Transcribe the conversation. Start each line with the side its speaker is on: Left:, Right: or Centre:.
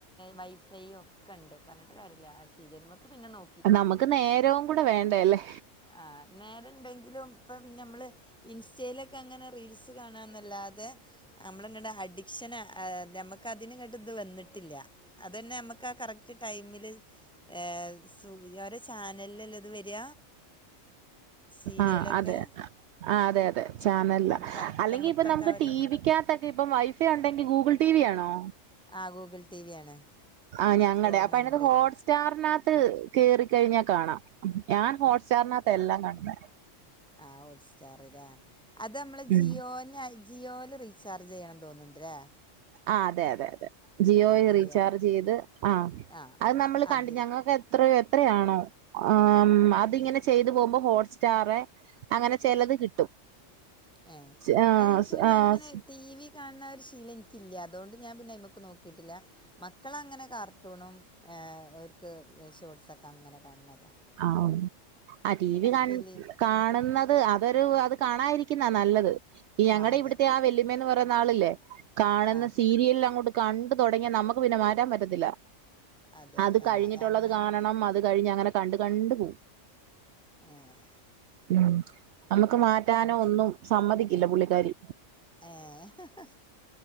Centre: വൈഫൈയും ഒക്കെണ്ട്. പറഞ്ഞിട്ട് കാര്യല്ല. ആ സീരിയൽമ്മക്ക് പിന്നെ നോ
Right: നമക്ക് നേരവും കൂടെ വേണ്ടെല്ലേ
Centre: ആഹ് നേരം ഇണ്ടെങ്കിലും ഇപ്പ പിന്നെമ്മള് ഇൻസ്റ്റയിലക്കങ്ങനെ റീൽസ് കാണാന്നല്ലാതെ നമ്മള്ങ്ങനെ അഡിക്ഷനതെ അമ്മക്ക് അതിനുങ്ങട്ട്ത് വന്നിട്ടില്യ. അതന്നെ അമ്മക്ക് ആ കറക്റ്റ് ടൈമില് എഹ്സുവ് ഓരെ ചാനല്ലെല്ലെ ഇത് വെര. സീരിയലെക്കെ
Right: ആഹ് അതെ ആഹ് അതെ അതെ ചാനല
Centre: കറുത്ത
Right: അല്ലെങ്കി
Centre: മുത്തൊക്കെ
Right: ഇപ്പൊ നമുക്ക്
Centre: അവർ
Right: ടിവിക്കകത്ത ഇപ്പം വൈഫൈ ഒണ്ടെങ്കി ഗൂഗിൾ ടിവി ആണോ?
Centre: ആഹ് ഗൂഗിൾ ടിവി ആണ്.
Right: ആഹ് ഞങ്ങടെ
Centre: ഫോർമെൻട്രി
Right: അപ്പൊ അയ്നകത്ത് ഹോട്ട്സ്റ്റാർനകത്ത് കേറിക്കഴിഞ്ഞാ കാണാം. ഞാൻ ഹോട്ട് സ്റ്റാറിനകത്ത എല്ലാം കാണുന്നെ.
Centre: ആഹ് ഹോട്ട്സ്റ്റാർലേ അത് മ്മള് ജിയോന
Right: ഉം
Centre: ജിയോല് റീചാർജ് ചെയ്യണംതോന്ന്ണ്ട് ലേ?
Right: ആഹ് അതെ അതെ അതെ ജിയോല്
Centre: ജിയോ
Right: റീചാർജെയ്ത് ആഹ്
Centre: ആ
Right: അത് നമ്മൾ
Centre: അത്
Right: കണ്ടു ഞങ്ങൾക്ക് എത്രയോ എത്രയാണോ ഉം അതിങ്ങനെ ചെയ്തു പോകുമ്പോ ഹോട്ട്സ്റ്റാറെ അങ്ങനെ ചെലത് കിട്ടും
Centre: ഏ
Right: ച്ച് ആഹ്
Centre: അത് എനിക്ക്
Right: സ്
Centre: പിന്നെ
Right: ആസ്
Centre: അങ്ങനെ ടി വി കാണ് ണഒരു ശീലം ഇൻക്കില്ല്യ. അതോണ്ട് ഞാൻ പിന്നെ അയ്മക്ക് നോക്കിട്ടില്ല. മക്കളങ്ങനെ കാർട്ടൂണും ഏഹ് ഓർക്ക് ഷോട്ട്സൊക്കങ്ങനെ കാണ് ണ് അതാ
Right: ആഹ് ഉം അ ടിവി കാണ
Centre: ഫിലിം
Right: കാണുന്നത് അതൊരു അത് കാണായിരിക്കുന്ന നല്ലത്. ഈ ഞങ്ങടെ
Centre: ആ അതെ
Right: ഇവിടുത്തെയാ വെല്ല് ല്ലമ്മെ പറയുന്ന ആളില്ലേ കാണുന്ന
Centre: ആ
Right: സീരിയലങ്ങോട്ട് കണ്ടു തൊടങ്ങിയാ നമക്ക് പിന്നെ മാറ്റാൻ പറ്റത്തില്ല.
Centre: അതെ
Right: അത്
Centre: ആ
Right: കഴിഞ്ഞിട്ടുള്ളത്
Centre: അങ്ങനെ
Right: കാണണം. അത് കഴിഞ്ഞ് അങ്ങനെ കണ്ട് കണ്ടു പോവും
Centre: ഏഹ്
Right: ഉം നമ്മക്ക് മാറ്റാനോ ഒന്നും സമ്മതിക്കില്ല പുള്ളിക്കാരി
Centre: ഏഹ്